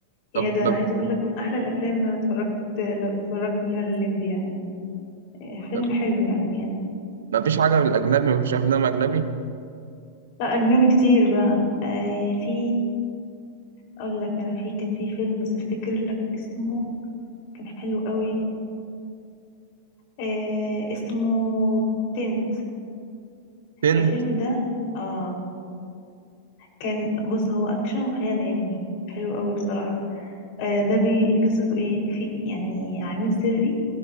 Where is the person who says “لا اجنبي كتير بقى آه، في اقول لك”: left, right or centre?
Left